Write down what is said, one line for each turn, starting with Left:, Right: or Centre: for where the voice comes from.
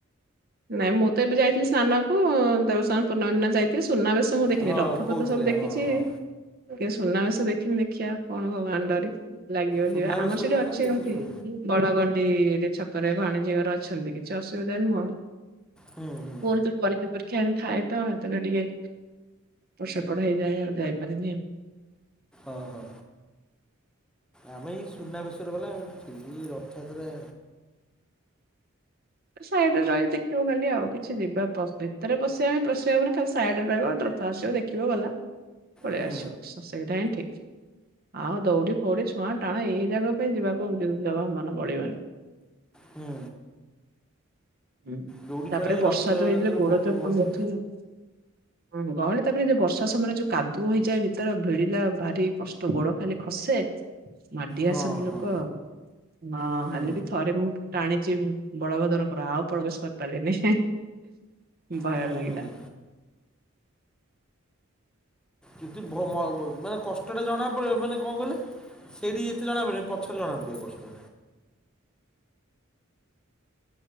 Right: ନାଇଁ ମୁଁ ତ ଏବେ ଯାଇଥିଲି ସ୍ନାନକୁ, ଦେବସ୍ନାନ ପୂର୍ଣ୍ଣମୀ ଦିନ ଯାଇ କିନ୍ତୁ ସୁନାବେଶ ମୁଁ ଦେଖିନି।
Centre: ହଁ
Right: ରଥପଥ
Centre: କହୁଥିଲେ
Right: ସବୁ ଦେଖିଚି।
Centre: ହଁ ହଁ
Right: କିନ୍ତୁ ସୁନାବେଶ ଦେଖିନି ଦେଖିଆ। କଣ ଭଗବାନ ଡୋରି ଲାଗିବ
Centre: ସୁନାବେଶରେ
Right: ଯିବା। ଆମର ସେଠି
Centre: ଯାଉନା
Right: ଅଛି
Centre: ଦେଖି
Right: ଅନ୍ତି।
Centre: ଶୁଣ
Right: ବଡ଼ଗଣ୍ଡିରେ ଛକରେ ଭାଣିଜୀ ଘର ଅଛନ୍ତି, କିଛି ଅସୁବିଧା ନୁହଁ।
Centre: ହୁଁ। ହୁଁ
Right: ପୁଅର ହେତେବେଳ ପରୀକ୍ଷା ଫରୀକ୍ଷା ଏମତି ଥାଏ ତ ହେଥିଲାଗି ଟିକେ ଏପଟ ସେପଟ ହେଇଯାଏ ଆଉ ଯାଇପାରେନି ଆଉ।
Centre: ଓହୋ। ଆମେ ଏଇ ସୁନାବେଶ ରେ ଗଲା କି ରଥଯାତ୍ରା
Right: ସାଇଡରେ ରହି ଦେଖିବ ଖାଲି ଆଉ। କିଛି ଯିବା ଭିତରେ ପଶିବା ପଶିି ହବନି ଖାଲି ସାଇଡ ରଥ ଆସିବ ଦେ ଦେଖିବ ଗଲା ପଳେଇ
Centre: ହୁଁ
Right: ଆସିବ। ସ ସେଇଟା ହିଁ ଠିକ୍। ଆଉ ଦୌଡି ଫୌଡି ଛୁଆଁ ଟଣା ଏଇ ଜାଗା ପାଇଁ ଯିବାକୁ ଯମା ମନ ବଳିବନି।
Centre: ହୁଁ।
Right: ହୁଁ
Centre: ଦୌଡ଼ି
Right: ତାପରେ
Centre: ଛଡ଼ା ଏଇ
Right: ବର୍ଷା
Centre: ରଥଯାତ୍ରା
Right: ତ ହେଇଥିଲେ ଗୋଡ
Centre: ବହୁତ
Right: ତ
Centre: ଗହଳି
Right: <unintelligible> ହୁଁ। ଗହଳି ତାପରେ ଯୋଉ ବର୍ଷା ସମୟରେ ଯୋଉ କାଦୁଅ ହେଇଯାଏ ଭିତର ଭିଡିଲା ଭାରି କଷ୍ଟ ଗୋଡ ଖାଲି ଖସେ। ମାଡି
Centre: ହଁ
Right: ଆସନ୍ତି
Centre: ହଁ
Right: ଲୋକ। ହଁ
Centre: ହୁଁ
Right: ହେଲେ ବି ଥରେ ମୁଁ ଟାଣିଚି। ବଳଭଦ୍ରଙ୍କର ଆଉ ପ୍ରବେଶ କରିପାରିଲିନି। ଭୟ
Centre: ହୁଁ
Right: ଲାଗିଲା
Centre: ହୁଁ।
Right: <inaudible>
Centre: <unintelligible> ମାନେ କଷ୍ଟ ଟା ଜଣା ପଡିବ ମାନେ କଣ କହିଲେ ସେଇଠି ଏତେ ଜଣା ପଡିବନି। ପଛରେ ଜଣା ପଡିବ କଷ୍ଟଟା।